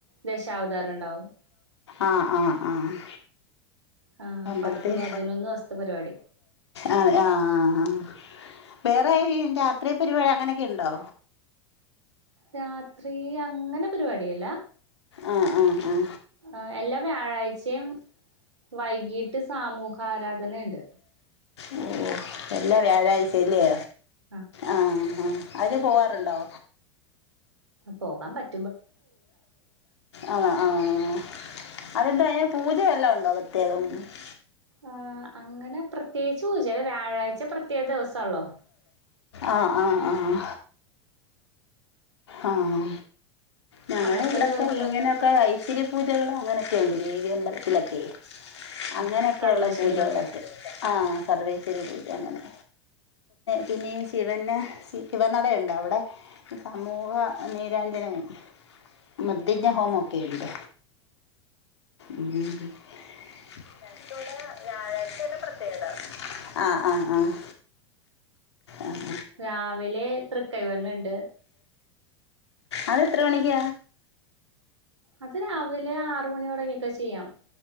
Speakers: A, on the right; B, on the left.
A: ദശാവതാരം ഉണ്ടാവും
B: ആഹ് ആഹ് ആഹ്
A: ആ
B: അമ്പലത്തില്
A: പത്ത് പതിനൊന്ന് ദിവസത്തെ പരിപാടി
B: ആഹ് ആഹ് ആഹ് വേറെ ഇ രാത്രി പരിപാടി അങ്ങനേക്കെ ഇണ്ടോ
A: രാത്രി അങ്ങന പരിപാടിയില്ല
B: ആഹ് ആഹ് ആഹ്
A: ആഹ് എല്ലാ വ്യാഴാഴ്ചേം വൈകീട്ട് സാമൂഹ ആരാധനേണ്ട്
B: ഓഹ് ഓഹ് എല്ലാം വ്യാഴാഴ്ചേല്ലേ
A: ആഹ്
B: ആഹ് ആഹ് അതിലെ പോവാറുണ്ടോ
A: പോകാൻ പറ്റ്
B: ആണാ ആഹ് അതെന്താ അതിന് പൂജ വല്ലോം ഉണ്ടോ അത <unintelligible>
A: ആഹ് അങ്ങനെ പ്രത്യേകിച്ച് പൂജല്ലേ വ്യാഴാഴ്ച പ്രത്യേക ദിവസള്ളോ
B: ആഹ് ആഹ് ആഹ് ആഹ് ഞങ്ങടെ
A: അന്നത്തെ
B: ഇവിടെക്കെ
A: ദിവസം
B: ഇങ്ങനെയൊക്കെ ഇച്ചരി പൂജകള അങ്ങനെയൊക്കെയുണ്ട് ദേവി അമ്പലത്തിലൊക്കെ അങ്ങനെയൊക്കെയുള്ള
A: ആഹ് സർവൈശ്വര്യ
B: പൂജകളൊക്കെ
A: പൂജ
B: ആഹ് സർവേശ്വരി പൂജ അങ്ങനെ പിന്നെ ശിവൻ ശിവനടുണ്ട് അവിടെ ഈ സമൂഹ നീരഞ്ജനവും മുദ് ന്റെ
A: ആ
B: ഹോമൊക്കെയുണ്ട് ഉം ഞങ്ങക്ക് ഇവിടെ വ്യാഴാഴ്ച തന്നെ പ്രത്യേകത ആഹ് ആഹ് ആഹ് ആഹ്
A: രാവിലെ തൃക്കൈ വെണ്ണ ഉണ്ട്
B: അത് എത്ര മണിക്ക
A: അത് രാവിലെ ആറ് മണിയോടെങ്ങൊക്കെ ചെയ്യാം